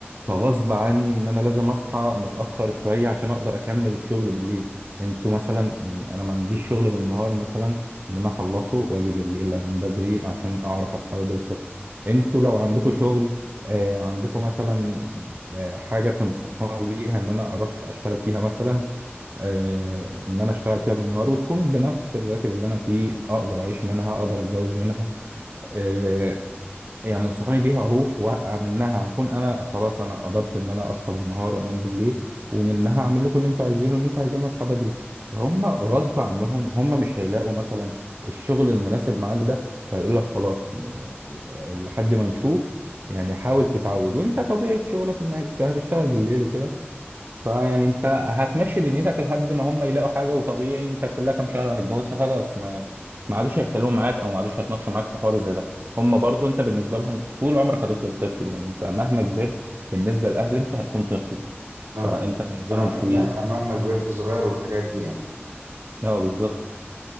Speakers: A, on the right; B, on the right.
A: فغصب عني ان انا لازم اصحى متاخر شويه عشان اقدر اكمل الشغل بالليل انتوا مثلا يعني انا ما عنديش شغل بالنهار مثلا ان انا اخلصه واجي بالليل انام بدري عشان اعرف اصحى بدري الصبح انتوا لو عندكم شغل آه عندكم مثلا آه حاجه تنصحوني بيها ان انا اروح اشتغل فيها مثلا آه ان انا اشتغل فيها بالنهار وتكون بنفس الراتب اللي انا فيه اقدر اعيش منها اقدر اتجوز منها آه، يعني انصحوني بيها اروح واقع منها هكون انا خلاص انا قدرت ان انا اصحى بالنهار وانام بالليل ومنها اعمل لكم اللي انتوا عايزينه ان انتوا عايزين اصحى بدري فهم غصب عنهم هم مش هيلاقوا مثلا الشغل المناسب معاك ده فيقول لك خلاص آه، لحد ما نشوف يعني حاول تتعود وانت طبيعة شغلك انك هتشتغل بالليل وكده فيعني انت هتمشي دنيتك لحد ما هم يلاقوا حاجه وطبيعي انت كلها كام شهر هتتجوز خلاص ما ما عادوش هيتكلموا معاك او ما عادوش هيتناقشوا معاك في حوار زي ده هم برضو انت بالنسبه لهم طول عمرك هتفضل طفل يعني انت مهما كبرت بالنسبه للاهل انت هتكون طفل
B: أنا
A: فانت بالنسبه
B: أنا
A: لهم مش
B: مهما
A: كبير
B: أنا مهما كبرت صغير والحاجات دي يعني.
A: اه بالظبط